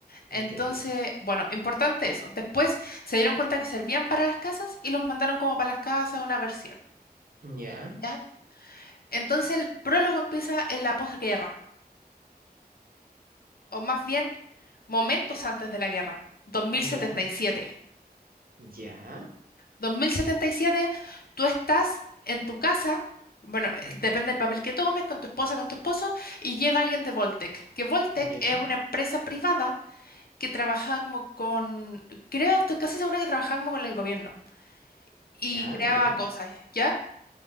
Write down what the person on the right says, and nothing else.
Increíble.
Ya,
ya, ya,
ujú,
ya,
ya,
ya.